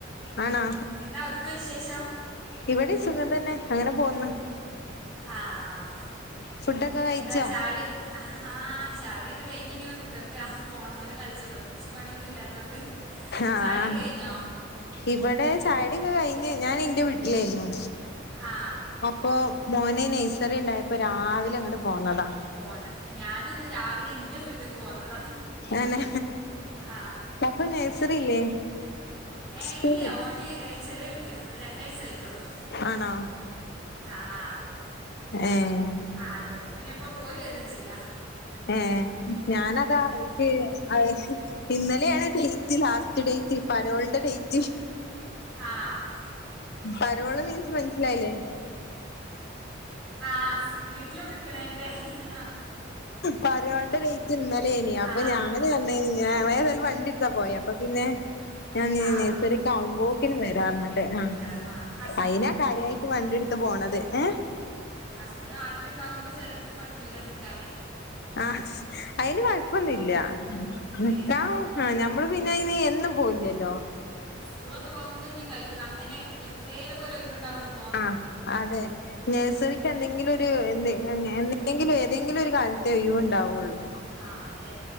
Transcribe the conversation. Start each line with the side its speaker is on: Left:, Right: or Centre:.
Left: ആണോ
Centre: എന്താ അവിടുത്തെ വിശേഷം?
Left: ഇവിടെ സുഖം തന്നെ അങ്ങനെ പോന്ന്
Centre: ആഹഹ്
Left: ഫുഡൊക്കെ കഴിച്ചോ
Centre: എന്താ ചായുടി. ആഹ് ചായുടിയൊക്കെ കഴിഞ്ഞ് ഇങ്ങനെ കുത്തർക് ഫോണ മലും കളിച്ച് പ്രത്യേകിച്ച് പണിയൊന്നും ഇല്ലാത്തോണ്ട്
Left: ആഹ്
Centre: ചായുടി ഒകെ കഴിഞ്ഞോ?
Left: ഇവിടെ ചായുടിയൊക്കെ കഴിഞ്ഞ് ഞാൻ ന്റെ വീട്ടിലായിരുന്നു
Centre: ആ
Left: അപ്പൊ മോന് നൈസറി ഇണ്ടായപ്പോ രാവിലെ ഇങ്ങട്ട് പോന്ന ദാ.
Centre: പോന്ന ഞാനുന്ന് രാവിലെ ഇന്റെ വീട്ടിക്ക് പോന്നതാ.
Left: അനെ
Centre: ആ
Left: അപ്പ നഴ്സറില്ലേ?
Centre: ഏ
Left: സ്കൂൾ
Centre: ഇല്ല ഓനെ ചെറിയ കുട്ടിയ ഒരു രണ്ട് വയസായിട്ടോള്ളു.
Left: ആണോ
Centre: ആ ആ
Left: ഏഹ്
Centre: ആഹ് അതുകൊണ്ട് പിന്നെ എപ്പ പോയി വരും ചെയ്യാം.
Left: ഏഹ് ഞാനതാ ഇൻക്ക് അ ഇന്നലെയാണ് ഡേറ്റ് ലാസ്റ്റ് ഡേറ്റ് പരോളിടെ ഡേറ്റ്
Centre: ആഹ്
Left: പരോള് മീൻസ് മനസിലായില്ലേ
Centre: ആഹ് വീട്ടില് നിക്കണ എറെ ആഹ്
Left: പറോൾണ്ടെ ഡേറ്റ് ഇന്നലെനി അപ്പൊ
Centre: ആ
Left: ഞാൻ <unintelligible> ഏതായാലും വണ്ടി എടുത്താ പോയ അപ്പൊ പിന്നെ ഞാൻ
Centre: ആ
Left: നയ്സറിക്ക ആവുമ്പോക്കിനും വരാർഞാണ്ട് ആ
Centre: ആഹ്
Left: അയിനാ കാര്യയിട്ട് വണ്ടെടുത്ത് പോണത് ഏഹ്
Centre: ഹസ്ബന്ഡ് നാട്ടിലുണ്ടാവുമ്പോ ചിലർക്ക് പറ്റൂല നിക്കാനേ
Left: ആഹ് അയിന് കൊഴപ്പൊന്നുല്ല നിക്ക
Centre: ഏ
Left: ആഹ് നമ്മള് പിന്നെ അയിന് എന്നും പോയില്ലല്ലോ
Centre: സ്കൂളൊക്കെ പോകുമ്പോ ഇനി കൈ അങ്ങനെ എപ് ളെലൊക്കെ ഒരു ഇവണ്ടകുമ്പോ
Left: ആഹ് അതെ നഴ്സറിക്ക് എന്തെങ്കിലും ഒരു എ എന്തെങ്കിലും ഏതെങ്കിലും ഒരു കാലത്തെ ഒഴിവ് ഉണ്ടാവുള്ളൂ
Centre: ആഹ് അത